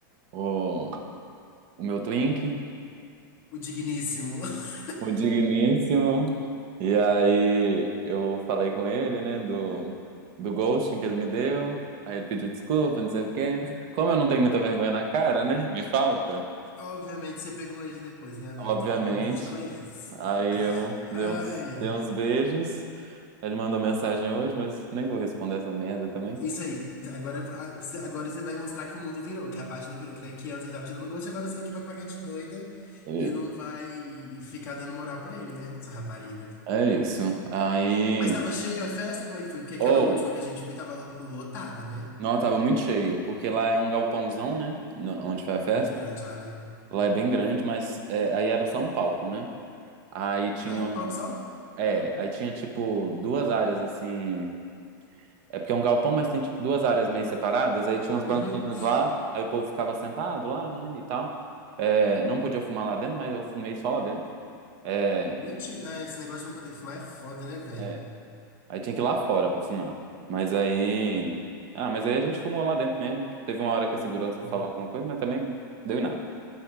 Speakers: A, on the right; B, on the left.
A: O, o meu twink,
B: O digníssimo. <laughs>
A: o digníssimo. E aí eu falei com ele, né? Do, do ghosting que ele me deu. Aí ele pediu desculpa, não sei o quê. Como eu não tenho muita vergonha na cara, né? Me falta,
B: Obviamente você pegou ele depois, né, amiga?
A: obviamente.
B: Todo mundo te conhece.
A: Aí eu
B: Ai,
A: dei uns,
B: ai.
A: dei uns beijos. Ele mandou mensagem hoje, mas nem vou responder essa merda também.
B: Isso aí. Agora, agora você vai mostrar que o mundo virou, que a página virou, que, né, que antes ele tava te dando gosto, agora você é que vai pagar de doida
A: Né?
B: e não vai ficar dando moral pra ele, né? Essa rapariga.
A: É isso. Aí.
B: Mas tava cheio a festa? Como é que foi? Porque aquela
A: Oh,
B: última que a gente foi tava lotada, né?
A: não, tava muito cheio, porque lá é um galpãozão, né? no- Onde foi a festa.
B: Muito grande lá, né?
A: Lá é bem grande, mas é, aí era só um palco, né? Aí tinha.
B: Ah, é um palco só?
A: É, aí tinha tipo duas áreas assim. É porque é um galpão, mas tem tipo duas áreas meio separadas. Aí tinha uns banquinhos
B: Uhum.
A: lá, aí o povo ficava sentado lá, né? E tal. É, não podia fumar lá dentro, mas eu fumei só lá dentro. É,
B: Mentira. Ah, esse negócio de não poder fumar é foda, né, velho?
A: é, Aí tinha que ir lá fora pra fumar. Mas aí. Ah, mas aí a gente fumou lá dentro mesmo. Teve uma hora que a segurança
B: Pô,
A: falou alguma coisa, mas também deu em nada.